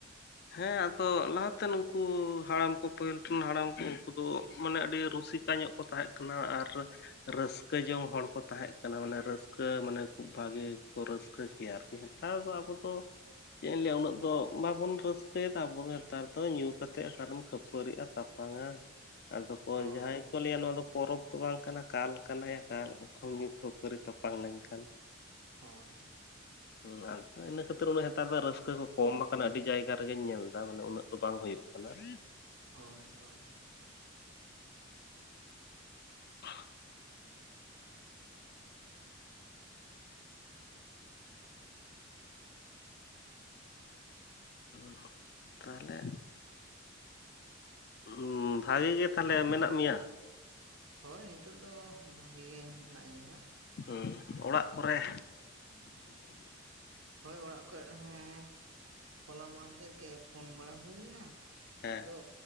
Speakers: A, on the left (about 50°); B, on the right (about 85°).
A: ᱦᱮᱸ ᱟᱫᱚ ᱞᱟᱦᱟᱛᱮ ᱱᱩᱠᱩ ᱦᱟᱲᱟᱢ ᱠᱚ ᱯᱟᱹᱦᱤᱞ ᱴᱷᱤᱱ ᱦᱟᱲᱟᱢ ᱠᱚ ᱩᱱᱠᱩ ᱫᱚ ᱢᱟᱱᱮ ᱟᱹᱰᱤ ᱨᱩᱥᱤᱠ ᱧᱚᱜ ᱠᱚ ᱛᱟᱸᱦᱮᱜ ᱠᱟᱱᱟ ᱟᱨ ᱨᱟᱹᱥᱠᱟᱹ ᱡᱚᱝ ᱦᱚᱲ ᱠᱚ ᱛᱟᱸᱦᱮᱜ ᱠᱟᱱᱟ ᱢᱟᱱᱮ ᱨᱟᱹᱥᱠᱟᱹ ᱢᱟᱱᱮ ᱠᱷᱩᱵ ᱵᱷᱟᱜᱮ ᱠᱚ ᱨᱟᱹᱥᱠᱟᱹ ᱠᱮᱭᱟ ᱟᱨ ᱱᱮᱦᱛᱟᱨ ᱫᱚ ᱟᱵᱚ ᱫᱚ ᱪᱮᱫ ᱤᱧ ᱞᱟᱹᱭᱟ ᱩᱱᱟᱹᱜ ᱫᱚ ᱵᱟᱵᱚᱱ ᱨᱟᱹᱥᱠᱟᱹ ᱯᱮ ᱛᱟᱵᱚ ᱱᱮᱛᱟᱨ ᱫᱚ ᱧᱩ ᱠᱟᱛᱮᱫ ᱚᱠᱟᱨᱮᱢ ᱠᱷᱟᱹᱯᱟᱹᱨᱤᱜᱼᱟ ᱛᱟᱯᱟᱝᱼᱟ ᱟᱫᱚ ᱦᱚᱭ
B: ᱦᱳᱭ
A: ᱡᱟᱦᱟᱸᱭ ᱠᱚ ᱞᱟᱹᱭᱟ ᱱᱚᱣᱟ ᱫᱚ ᱯᱚᱨᱚᱵᱽ ᱫᱚ ᱵᱟᱝ ᱠᱟᱱᱟ ᱠᱟᱞ ᱠᱟᱱᱟᱭᱟ ᱠᱟᱞ ᱧᱩ ᱠᱷᱟᱹᱯᱟᱹᱨᱤ ᱛᱟᱯᱟᱝ ᱞᱮᱱᱠᱷᱟᱱ
B: ᱦᱳᱭ
A: ᱦᱩᱸ ᱟᱫᱚ ᱤᱱᱟᱹ ᱠᱷᱟᱹᱛᱤᱨ ᱩᱱᱟᱹᱜ ᱱᱮᱛᱟᱨ ᱫᱚ ᱨᱟᱹᱥᱠᱟᱹ ᱠᱚ ᱠᱚᱢ ᱟᱠᱟᱱᱟ ᱟᱹᱰᱤ ᱡᱟᱭᱜᱟ ᱡᱟᱦᱟ ᱨᱮᱜᱤᱧ ᱧᱮᱞ ᱮᱫᱟ ᱢᱟᱱᱮ ᱩᱱᱟᱹᱜ ᱫᱚ ᱵᱟᱝ ᱦᱩᱭᱩᱜ ᱠᱟᱱᱟ ᱾
B: ᱦᱳᱭ ᱦᱳᱭ ᱦᱚᱭ ᱦᱚᱭ
A: <unintelligible> ᱠᱷᱩᱜ <unintelligible> ᱛᱟᱦᱚᱞᱮ ᱩᱸ ᱵᱷᱟ. ᱜᱤ ᱜᱮ ᱛᱟᱦᱚᱞᱮ ᱢᱮᱱᱟᱜ ᱢᱮᱭᱟ?
B: ᱦᱳᱭ ᱱᱤᱛᱚᱜ ᱫᱚ ᱵᱷᱟᱹᱜᱤ ᱜᱮ ᱢᱮᱱᱟᱜᱼᱤᱧᱟ ᱦᱟᱸᱜ
A: ᱦᱩᱸ ᱚᱲᱟᱜ ᱠᱚᱨᱮ
B: ᱦᱳᱭ ᱚᱲᱟᱜ ᱠᱚᱨᱮ ᱦᱚᱸ ᱦᱚᱞᱟ ᱢᱟᱦᱮᱱᱫᱮᱨ ᱜᱮ ᱯᱷᱳᱱ ᱵᱟᱲᱟ ᱦᱩᱭ ᱞᱮᱱᱟ
A: ᱦᱮᱸ
B: ᱟᱫᱚ